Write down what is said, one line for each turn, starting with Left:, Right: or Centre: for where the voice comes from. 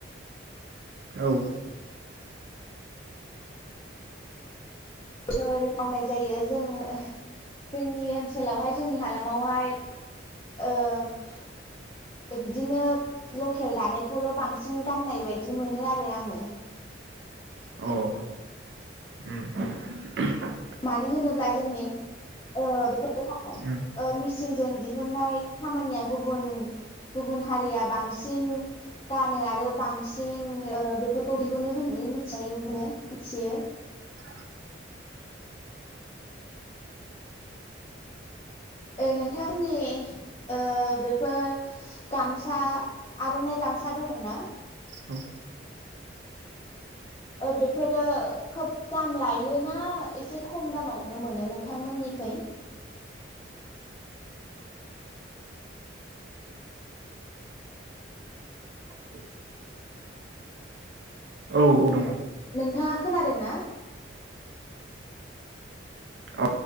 Right: औ
Left: फोर मावनाय जायो जोङो ओ जोंनि ओनसोलावहाय जोंनि हालामावहाय ओ बिदिनो लकेल दानायखौल' बांसिन गाननाय बायदि मोनो आरो आङो।
Right: अ ओम ओम ओम
Left: मानो होनोब्ला जोंनि ओ
Right: उम
Left: मिसिनजों दिहुननाय खामानिया गुबन गुबुन हारिया बांसिन गानो आरो बांसिन ओ बेफोरखौ दिहुनो होननानै मिथिनाय मोनो मिथियो।
Right: <inaudible>
Left: ओ नोंथांनि ओ बेफोर गामसा, आर'नाइ गामसा दङ ना?
Right: हो
Left: बेफोरो खोब दाम लायोना एसे खम दामावनो मोनो नोंथांमोननिखै?
Right: <inaudible> औ औ दङ।
Left: नोंथाङा खोनादों ना?
Right: औ